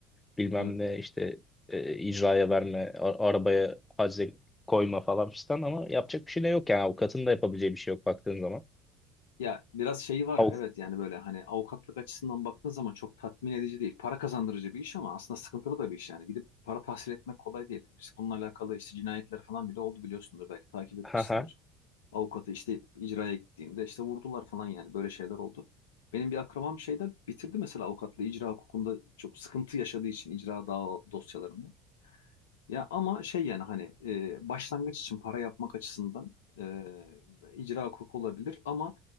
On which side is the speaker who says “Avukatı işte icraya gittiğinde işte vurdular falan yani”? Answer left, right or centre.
Left